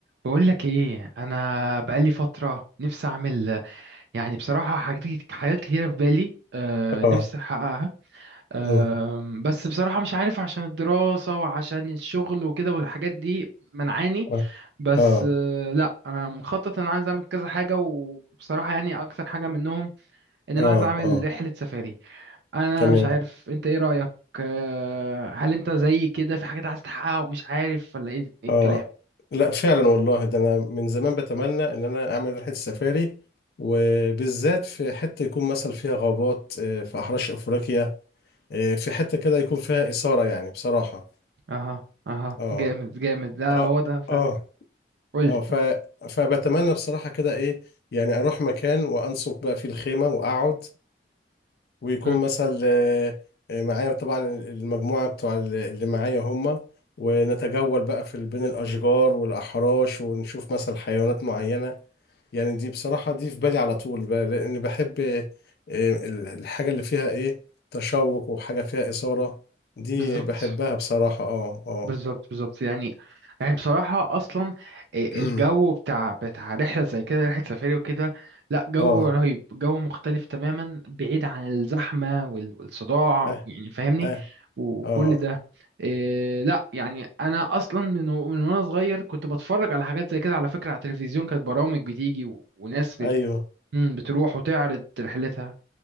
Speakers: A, on the right; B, on the left.
A: بقول لك ايه انا بقالي فتره نفسي اعمل يعني بصراحه حاجات حاجات كتيره في بالي آه
B: اه
A: نفسي احققها آه
B: مم.
A: بس بصراحه مش عارف عشان الدراسه وعشان الشغل وكده والحاجات دي منعاني
B: اه
A: بس
B: اه
A: آه لا انا مخطط ان انا عايز اعمل كذا حاجه وبصراحه يعني اكتر حاجه منهم ان
B: اه
A: انا عايز اعمل
B: اه
A: رحله سفاري انا
B: تمام
A: مش عارف انت ايه رايك آه هل انت زي كده في حاجات عايز تحققها ومش عارف ولا ايه إيه
B: اه
A: الكلام
B: لا فعلا والله ده انا من زمان بتمنى ان انا اعمل رحله سفاري وبالذات في حته يكون مثلا فيها غابات آه، في احراش افريقيا آه، في حته كده يكون فيها اثاره يعني بصراحه
A: اها اها
B: اه
A: جامد جامد لا
B: اه
A: هو ده فعلا
B: اه
A: قول لي
B: اه ف فبتمنى بصراحه كده ايه يعني اروح مكان وانصب بقى فيه الخيمه واقعد ويكون
A: مم.
B: مثلا آه، آه، معايا طبعا المجموعة بتوع اللي معايا هم ونتجول بقى في بين الأشجار والأحراش ونشوف مثلا حيوانات معينة يعني دي بصراحة دي في بالي على طول بقى لأن بحب آه، ال- الحاجة اللي فيها إيه تشوق وحاجة فيها إثارة دي
A: بالظبط
B: بحبها بصراحة اه اه
A: بالظبط بالظبط يعني يعني بصراحة أصلا إيه
B: <clears throat>
A: الجو بتاع بتاع رحلة زي كده رحلة سفاري وكده لا جو
B: اه
A: رهيب جو مختلف تماما بعيد عن الزحمة وال- والصداع
B: اه
A: يعني فاهمني
B: اه
A: وكل
B: اه
A: ده إيه لا يعني أنا أصلا من و- من وأنا صغير كنت بتفرج على حاجات زي كده على فكرة على التلفزيون كانت برامج بتيجي و- وناس بت...
B: أيوه
A: مم، بتروح وتعرض رحلتها